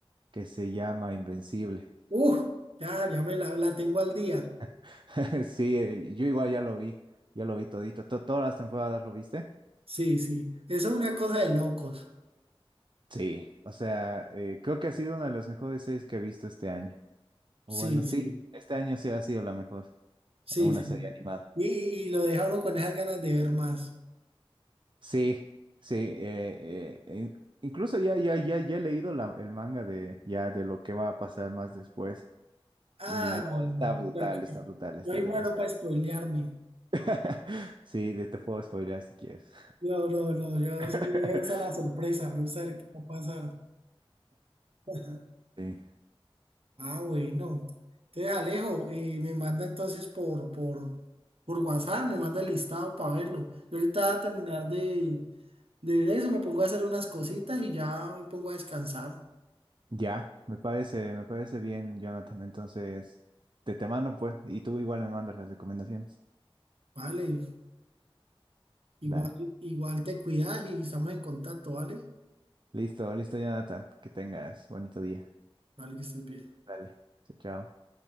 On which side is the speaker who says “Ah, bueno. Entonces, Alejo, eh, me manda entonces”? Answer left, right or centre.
Right